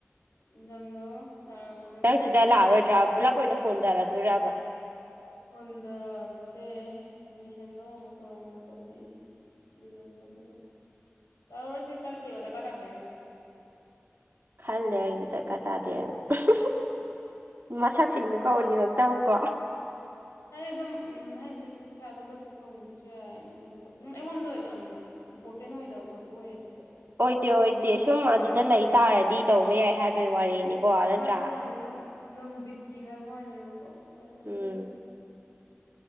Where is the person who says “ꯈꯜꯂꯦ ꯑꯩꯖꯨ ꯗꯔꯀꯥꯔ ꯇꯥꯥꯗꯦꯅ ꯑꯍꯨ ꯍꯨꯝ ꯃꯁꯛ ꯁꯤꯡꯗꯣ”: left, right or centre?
Right